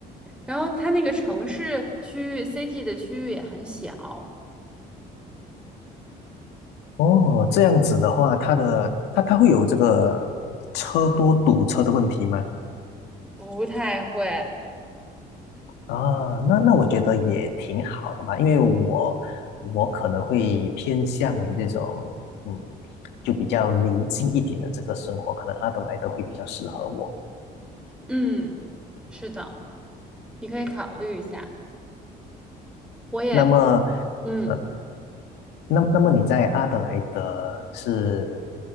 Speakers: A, in the centre; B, on the left.
A: 然后它那个城市区域 city 的区域也很小，
B: 哦，这样子的话，它的它它会有这个车多堵车的问题吗？
A: 不太会。
B: 啊，那那我觉得也挺好的吧，因为我我可能会偏向于这种嗯，就比较宁静一点的这个生活，可能阿德莱德会比较适合我。
A: 嗯，是的，你可以考虑一下。我也，
B: 那么，
A: 嗯，
B: 呃，那那么你在阿德莱德是，